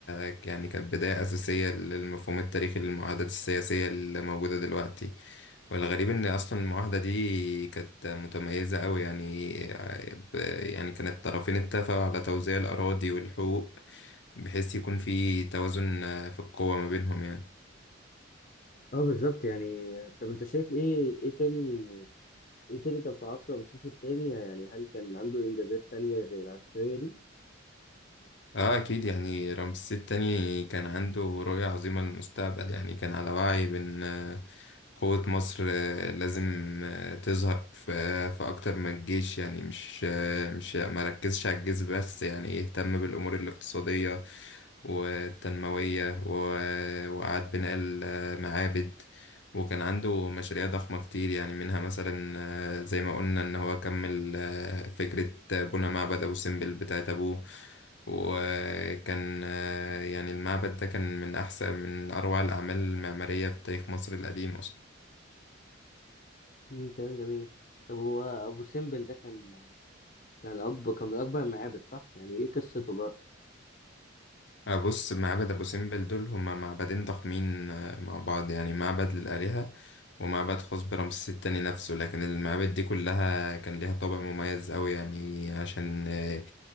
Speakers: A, on the left; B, on the left.
A: يعني كانت بداية أساسية للمفهوم التاريخي للمعاهدات السياسية اللي موجودة دلوقتي والغريب إن أصلا المعاهدة دي كانت متميزة أوي يعني ب- يعني كانت الطرفين اتفقوا على توزيع الأراضي والحقوق بحيث يكون في توازن في القوة ما بينهم يعني
B: اه بالظبط يعني طب أنت شايف إيه إيه تاني إيه تاني كان في عصر رمسيس التاني يعني هل كان عنده إنجازات تانية غير العسكرية دي؟
A: اه اكيد يعني رمسيس التاني كان عنده رؤية عظيمة للمستقبل يعني كان على وعي بان آه، قوة مصر آه، لازم آه، تظهر في في اكتر من الجيش يعني مش آه، مش ما ركزش على الجيش بس يعني يهتم بالامور الاقتصادية والتنموية و- وإعادة بناء المعابد وكان عنده مشاريع ضخمة كتير يعني منها مثلا آه، زي ما قلنا إن هو كمل آه، فكرة بناء معبد أبو سمبل بتاعت أبوه وكان آه، يعني المعبد ده كان من أحسن من أروع الأعمال المعمارية في تاريخ مصر القديم أصلا
B: مم، كلام جميل طب هو أبو سمبل ده كان كان أكبر كان من أكبر المعابد صح؟ يعني إيه قصته بقى؟
A: آه، بص معبد أبو سمبل دول هما معبدين ضخمين آه، مع بعض يعني معبد للآلهة ومعبد خاص برمسيس التاني نفسه لكن المعابد دي كلها كان ليها طابع مميز أوي يعني عشان آه،